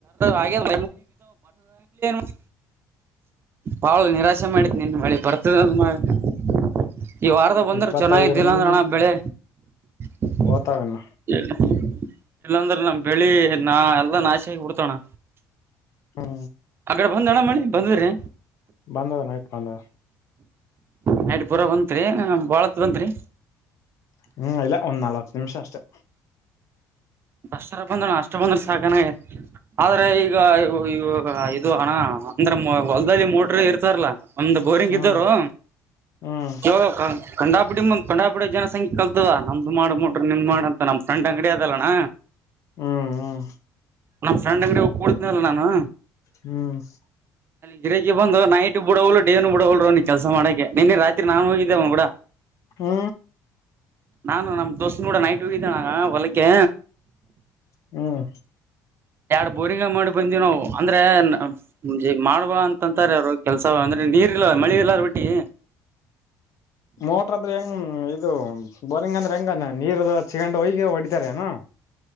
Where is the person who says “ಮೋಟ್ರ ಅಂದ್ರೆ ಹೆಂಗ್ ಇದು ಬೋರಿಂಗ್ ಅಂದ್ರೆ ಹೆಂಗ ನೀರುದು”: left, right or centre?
Left